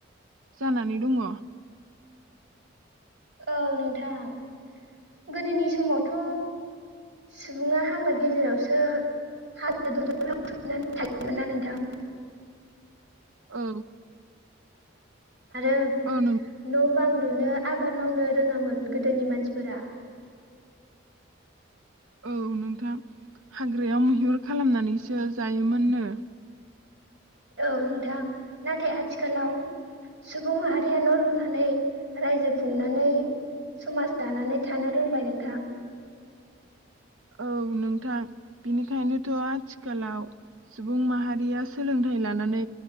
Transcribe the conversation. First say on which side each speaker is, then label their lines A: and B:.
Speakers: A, on the right; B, on the right.
A: जानानै दङ'।
B: औ नोंथां गोदोनि समावथ' सुबुङा हाग्रा गेजेरावसो हा <unintelligible> ना नोंथां।
A: औ
B: आरो
A: नों
B: न' बां लुनो आबाद मावनो रोङामोन गोदोनि मानसिफोरा।
A: औ नोंथां हाग्रायाव मैहुर खालामनानैसो जायोमोननो।
B: औ नोंथां नाथाय आथिखालाव सुबुं माहारिया न' लुनानै रायजो खुंनानै समाज दानानै थानो रोंबाय नोंथां।
A: औ नोंथां बेनिखायनोथ' आथिखालाव सुबुं माहारिया सोलोंथाइ लानानै